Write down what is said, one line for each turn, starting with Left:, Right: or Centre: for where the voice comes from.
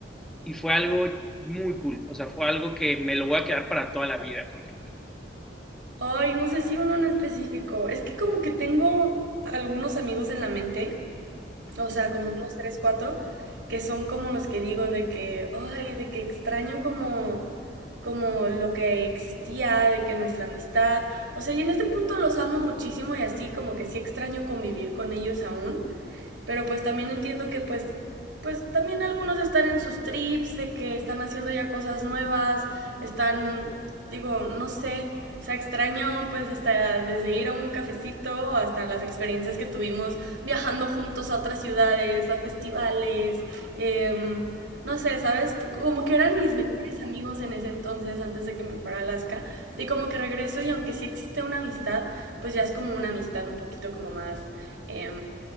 Centre: y fue algo muy cool. O sea, fue algo que me lo voy a quedar para toda la vida, por ejemplo.
Right: ay, no sé si uno en específico, es que como que tengo algunos amigos en la mente o sea, como unos tres, cuatro, que son como los que digo de que, ay, de que extraño como, como lo que existía, de que nuestra amistad, o sea, y en este punto los amo muchísimo y así como que sí extraño convivir con ellos aún, pero pues también entiendo que pues, pues también algunos están en sus trips, de que están haciendo ya cosas nuevas, están, digo, no sé. O sea, extraño pues hasta desde ir a un cafecito hasta las experiencias que tuvimos viajando juntos a otras ciudades, a festivales, eh, no sé, ¿sabes? Como que eran mis mejores amigos en ese entonces antes de que me fuera a Alaska. Y como que regreso y aunque sí existe una amistad, pues ya es como una amistad un poquito como más... Eh,